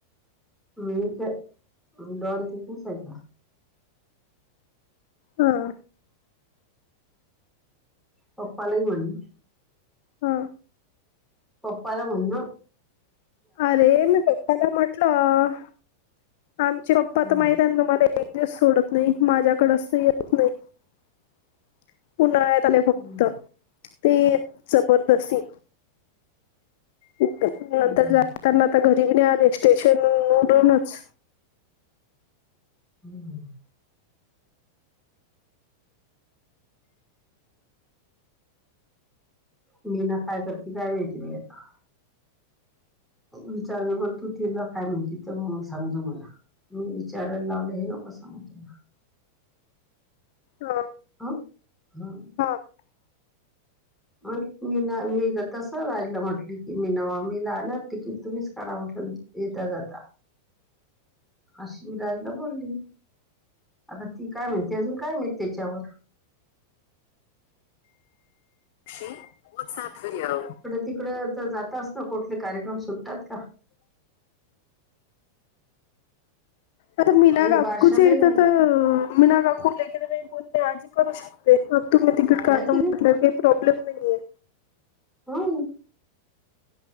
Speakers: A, in the centre; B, on the left.
A: <unintelligible>
B: हा.
A: पप्पाला ही म्हण.
B: आ.
A: पप्पाला म्हण ना.
B: अरे मी पप्पाला म्हटलं आमचे पप्पा
A: हम्म
B: तर माहित आहे ना तुम्हाले. एक दिवस सोडत नाही. माझ्याकडेच तर येत नाहीत उन्हाळ्यात त्याने फक्त
A: हम्म
B: ते जबरदस्ती. ओके. नंतर
A: हम्म
B: जात काना आता घरी भी नाय आले स्टेशन मधूनच.
A: हम. मीना काय करती काय माहिती बाई आता. विचारून करतो तिला काय म्हणती तेव्हा मग सांगतो तुम्हाला. मी विचारायला लावले हे नको सांगू तिला.
B: हां.
A: आं हां.
B: <inaudible>
A: मग मीना मी तसं राहिलं म्हटली की मीना मामीला आल्यावर तिकीट तुम्हीच काढा म्हटलं. येता जाता अशी राजला बोली. आता ती काय म्हणते, अजून काय माहित तेच्यावर.
B: शी व्हाट्सअप व्हिडिओ.
A: तिकडे चं जात असतं. कुठलं कार्यक्रम सुटतात का.
B: आत्ता मीना
A: आणि
B: काकूच्या
A: बारशालाही
B: इथं
A: नाही
B: तर. मीना काकू लेकरं म्हणती आजी करू शकते. मग तुम्ही तिकीट
A: आहे
B: काढतो
A: की
B: म्हटले
A: नाही
B: काय. प्रॉब्लेम नाहीये.
A: हा.